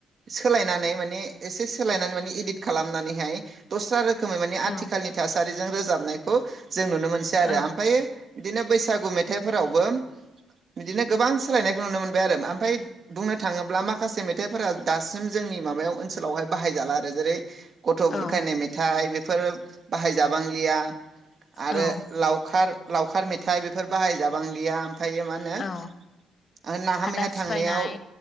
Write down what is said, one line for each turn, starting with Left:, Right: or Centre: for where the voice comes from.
Right: सोलायनानै माने एसे सोलायनानै माने इदिट खालामनानैहाय दस्रा रो खोमै माने आथिखालनि
Left: औ
Right: थासारिजों रोजाबनाय खौ जों नुनो मोनसै
Left: औ
Right: आरो ओमफ्रायो बिदिनो बैसागु मेथाइफोरावबो बिदिनो गोबां सोलायनायखौ नुनो मोनबाय आरो ओमफ्राय बुंनो थाङोब्ला माखासे मेथाइफोरा दासिम जोंनि माबायाव ओनसोलावहाय बाहाय जाला आरो जेरै गथ'
Left: औ
Right: बुरखायनाय मेथाइ बेफोर बाहाय जाबांलिया आरो
Left: औ
Right: लावखार लावखार मेथाइ बेफोर बाहायजाबांलिया। थायो मा होनो
Left: औ
Right: नाहा
Left: हादान
Right: मैहा थांनायाव
Left: सिफायनाय